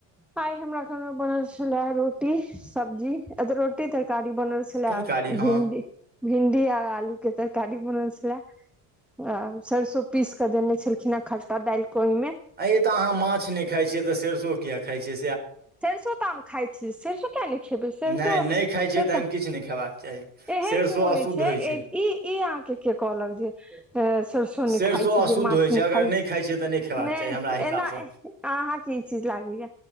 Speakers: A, in the centre; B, on the right.
A: आइ हमरा घर मे बनल ल रोटी सब्जी रोटी तरकारी बनल छलै
B: तरकारी हँ
A: भिन्डी भिन्डी आ आलू के तरकारी बनल छलै आ सरसो पीस कऽ देने छलखिन खट्टा डालि कऽ ओहिमे
B: आ तऽ अहाँ माछ नहि खाइ छियै तऽ सरसो किया खाइ छी
A: सरिसो तऽ आ हम खाइ छी सरसो किया नहि खेबै सरिसो
B: नहि नहि खाइ छियै
A: से
B: तहन
A: त
B: किछु नहि खेबाक चाही
A: एहन
B: सरिसो
A: कोनो
B: अशुद्ध
A: नहि छै
B: होइ
A: ई ई अहाँके के कहलक जे सरिसो
B: सरिसो
A: नहि खाइ छै
B: अशुद्ध
A: जे मांछ
B: होइ
A: नहि
B: अगर
A: खाय छै
B: खाइ छियै तऽ खेबाक
A: नहि
B: चाही हमरा हिसाबसँ
A: एना अहाँके ई चीज लागलया